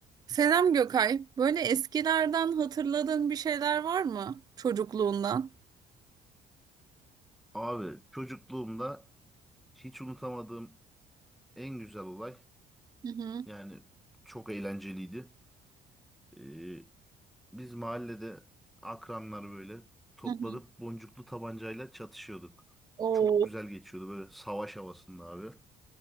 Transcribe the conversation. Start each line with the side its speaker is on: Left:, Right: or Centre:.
Right: Selam Gökay. Böyle eskilerden hatırladığın bir şeyler var mı çocukluğundan?
Centre: Abi çocukluğumda hiç unutamadığım en güzel olay
Right: Hı hı.
Centre: yani çok eğlenceliydi. Ee, biz mahallede akranlar böyle toplanıp
Right: Hı hı.
Centre: boncuklu tabancayla çatışıyorduk.
Right: Oo.
Centre: Çok güzel geçiyordu böyle savaş havasında abi.